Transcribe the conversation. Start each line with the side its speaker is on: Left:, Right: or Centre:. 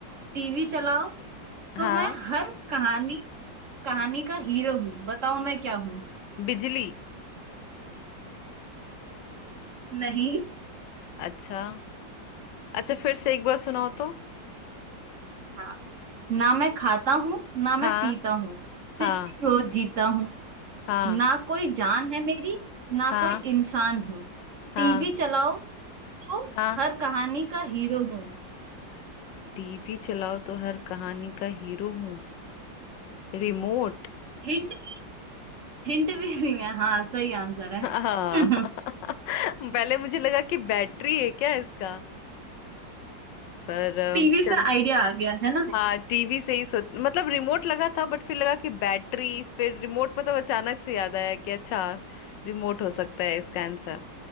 Right: टीवी चलाओ तो
Left: हाँ
Right: मैं हर कहानी कहानी का हीरो हूँ बताओ मैं क्या हूँ
Left: बिजली
Right: नहीं
Left: अच्छा अच्छा फिर से एक बार सुनाओ तो
Right: हाँ ना मैं खाता हूँ ना मैं
Left: हाँ
Right: पीता हूँ फिर
Left: हाँ
Right: भी रोज जीता हूँ
Left: हाँ
Right: ना कोई जान है मेरी ना
Left: हाँ
Right: कोई इंसान हूँ
Left: हाँ
Right: टीवी चलाओ तो
Left: हाँ
Right: हर कहानी का हीरो हूँ
Left: टीवी चलाओ तो हर कहानी का हीरो हूँ रिमोट
Right: हिंट भी हिंट भी दी मैं हाँ सही आंसर है
Left: हाँ
Right: <laughs>
Left: <laughs> पहले मुझे लगा कि बैटरी है क्या इसका पर अ,
Right: टीवी
Left: चल
Right: से आइडिया आ गया है ना
Left: हाँ टीवी से ही सोच मतलब रिमोट लगा था बट फिर लगा कि बैटरी फिर रिमोट मतलब अचानक से याद आया कि अच्छा रिमोट हो सकता है इसका आंसर